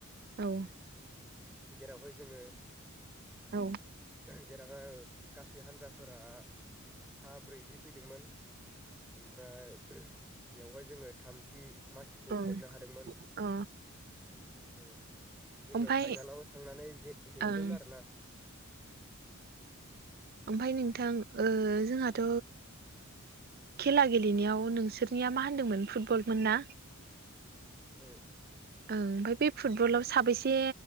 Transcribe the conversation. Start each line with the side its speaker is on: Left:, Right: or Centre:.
Right: औ
Centre: जेरावहाय जोङो।
Right: औ।
Centre: <inaudible> से हान्जाफोरा सा ब्रैजि फैदोंमोन। ओमफ्राय बेवहाय जोङो थामथि मासिखौ
Right: ओं
Centre: मोननो हादोंमोन
Right: अ
Centre: औ। जोङो
Right: ओमफाय
Centre: फाइनालाव थांनानै जेनहैदोंमोन
Right: ओं
Centre: आरोना।
Right: ओमफ्राय
Centre: औ
Right: नोंथां जोंहाथ' खेला गेलेनायाव नोंसोरनिया मा होनदोंमोन फुटबलमोन ना?
Centre: औ।
Right: ओं ओमफ्राय बे फुटबलाव साबेसे